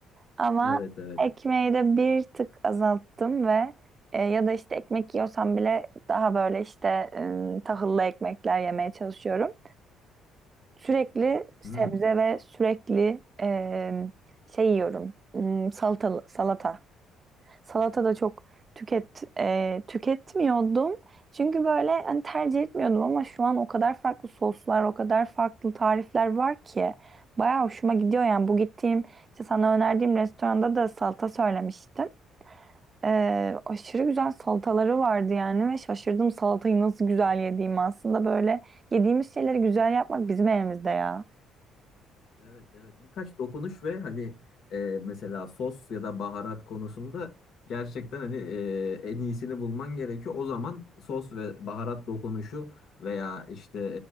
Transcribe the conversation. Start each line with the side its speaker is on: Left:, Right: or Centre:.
Right: Ama
Left: Evet evet.
Right: ekmeği de bir tık azalttım ve e, ya da işte ekmek yiyorsam bile daha böyle işte e, tahıllı ekmekler yemeye çalışıyorum. Sürekli sebze
Left: Hmm.
Right: ve sürekli e, şey yiyorum. Hmm, Salatalı, salata. Salata da çok tüket e, tüketmiyordum. Çünkü böyle hani tercih etmiyordum ama şu an o kadar farklı soslar, o kadar farklı tarifler var ki bayağı hoşuma gidiyor yani. Bu gittiğim işte sana önerdiğim restoranda da salata söylemiştim. E, aşırı güzel salataları vardı yani ve şaşırdım salatayı nasıl güzel yediğimi. Aslında böyle yediğimiz şeyleri güzel yapmak bizim elimizde ya.
Left: Evet evet birkaç dokunuş ve hani e, mesela sos ya da baharat konusunda gerçekten hani e, en iyisini bulman gerekiyor. O zaman sos ve baharat dokunuşu veya işte